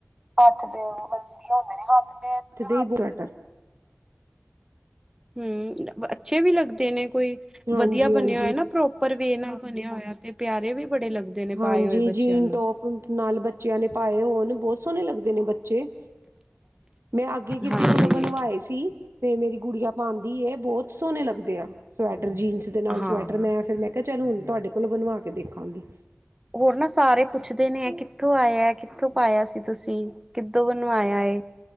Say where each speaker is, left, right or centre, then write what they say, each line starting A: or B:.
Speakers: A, on the right; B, on the right.
A: ਹੱਥ ਤੇ ਬਣੇ ਹੁੰਦੇ ਨੇ
B: ਦੇ
A: ਹੱਥ
B: ਹੀ ਸਵੈਟਰ
A: ਹੂੰ ਅੱਛੇ ਵੀ ਲੱਗਦੇ ਨੇ ਕੋਈ
B: ਹਾਂਜੀ
A: ਵਧੀਆ ਬਣਿਆ
B: ਹਾਂਜੀ
A: ਹੈ ਨਾ ਪ੍ਰੋਪ ਉਪਰ ਵੀ ਇਹ ਨਾਲ ਬਣਿਆ ਹੋਇਆ ਤੇ ਪਿਆਰੇ ਵੀ ਬੜੇ ਲੱਗਦੇ। ਨੇ
B: ਹਾਂਜੀ
A: ਪਾਏ ਹੋਏ ਬੱਚਿਆਂ
B: ਜੀਨ
A: ਨੂੰ
B: ਟੋਪ ਨਾਲ ਬੱਚਿਆਂ ਨੇ ਪਾਏ ਹੋਣ ਬਹੁਤ ਸੋਹਣੇ ਲੱਗਦੇ ਨੇ ਬੱਚੇ ਮੈਂ ਅੱਗੇ ਕਿਸੇ
A: ਹਾਂਜੀ
B: ਕੋਲੋਂ ਬਣਵਾਏ ਸੀ ਤੇ ਮੇਰੀ ਗੁੜਿਆ ਪਾਂਦੀ ਏ ਬਹੁਤ ਸੋਹਣੇ ਲੱਗਦੇ ਆ ਸਵੈਟਰ ਜੀਨਸ ਦੇ ਨਾਲ
A: ਹਾਂ।
B: ਸਵੈਟਰ ਮੈਂ ਫਿਰ ਮੈਂ ਕਿਹਾ ਚੱਲ ਹੁਣ ਤੁਹਾਡੇ ਕੋਲੋਂ ਬਣਵਾ ਕੇ ਦੇਖਾਂਗੀ।
A: ਹੋਰ ਨਾ ਸਾਰੇ ਪੁੱਛਦੇ ਨੇ ਇਹ ਕਿੱਥੋਂ ਆਇਆ ਇਹ ਕਿਥੋਂ ਪਾਇਆ ਸੀ ਤੁਸੀ ਕਿੱਦੋ ਬਣਵਾਇਆ ਏ।